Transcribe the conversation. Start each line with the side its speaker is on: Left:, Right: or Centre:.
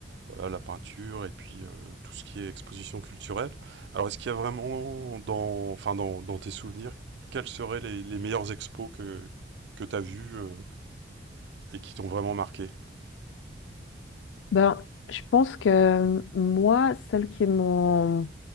Right: voilà, la peinture et puis euh, tout ce qui est exposition culturelle. Alors est-ce qu'il y a vraiment dans, enfin, dans, dans tes souvenirs, quelles seraient les, les meilleures expos que, que t'as vues euh, et qui t'ont vraiment marqué?
Left: Ben, je pense que euh, moi, celles qui m'ont